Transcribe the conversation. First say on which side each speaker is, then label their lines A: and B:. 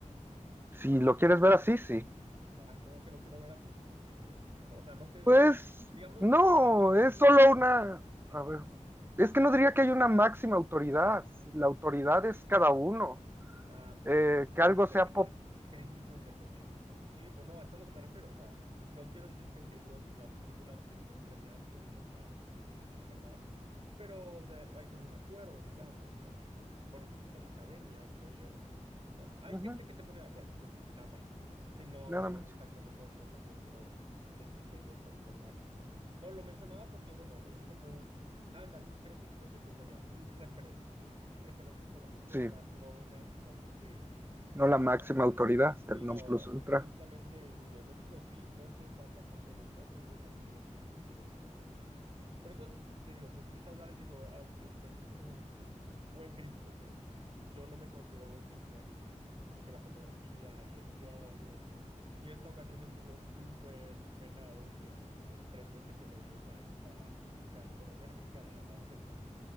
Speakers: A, on the right; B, on the right.
A: si lo quieres ver así, sí.
B: No, ay, ¿cómo que lo quiero ver así? Pues sí, o sea, no, o sea, no te dejas,
A: Pues
B: digamos
A: no,
B: que la máxima,
A: es solo una,
B: ajá,
A: a ver, es que
B: no,
A: no diría que hay una máxima autoridad, la autoridad es cada uno,
B: Ah, por
A: Eh,
B: eso te digo,
A: que algo
B: indep-
A: sea pop,
B: es crítico independiente, ¿no? Sí, pues no, eso es a lo que me refiero. O sea, no quiero decir que ellos, las películas que son premiadas por ellos sean la, la verdad, pero de- hay como un acuerdo, digamos, hay como un, por eso existe la academia, creo yo. O sea, hay
A: ujú,
B: gente que se pone de acuerdo, punto, nada más. Sí, no,
A: nada
B: no,
A: más.
B: exacto, no, no, no, tampoco quiero decir que ellos son lo máximo. No, lo mencionaba porque, bueno, es como, un- ándale, creo que es lo que pensaría, es un referente un referente solamente,
A: Sí,
B: más no una situación que,
A: no
B: que sea...
A: la máxima autoridad, el
B: Sí, no,
A: non plus
B: eh,
A: ultra.
B: justamente, digo, yo sí los vi, no soy fan tampoco de eso, tengo un amigo que, que le gusta mucho y es... Por eso te digo, te escucho hablar y digo, ah, eh, o sea, siento como que si eres buen crítico, pues. Yo no me considero buen crítico, así que de que la fotografía y el guión y eso. Y esta ocasión estuvo súper penado el, el premio que se lo dieron a esta mexicana, bueno, no era mexicana, la francesa,